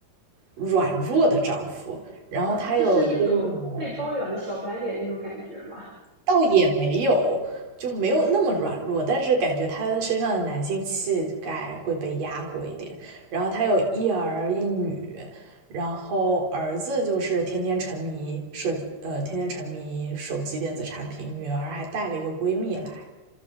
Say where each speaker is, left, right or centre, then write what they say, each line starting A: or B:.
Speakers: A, on the right; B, on the right.
A: 弱的丈夫，然后她有一个女儿，
B: 啊，就是那种被包养的小白脸那种感觉吗？
A: 倒也没有，就没有那么软弱，但是感觉他身上的男性气概会被压过一点。然后他有一儿一女，然后儿子就是天天沉迷设，呃，天天沉迷手机电子产品，女儿还带了一个闺蜜来，